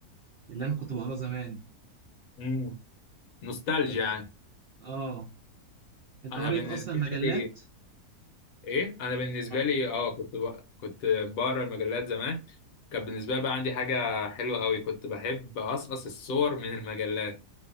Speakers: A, on the right; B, on the left.
A: اللي أنا كنت بقراه زمان
B: امم نوستالجيا
A: أنت-
B: يعني
A: آه أنت
B: انا
A: قريت
B: بالنسبة
A: أصلا مجلات؟
B: لي ايه انا بالنسبة
A: آه.
B: لي اه كنت ب... كنت بقرا المجلات زمان كان بالنسبة لي بقى عندي حاجة حلوة قوي كنت بحب أقصقص الصور من المجلات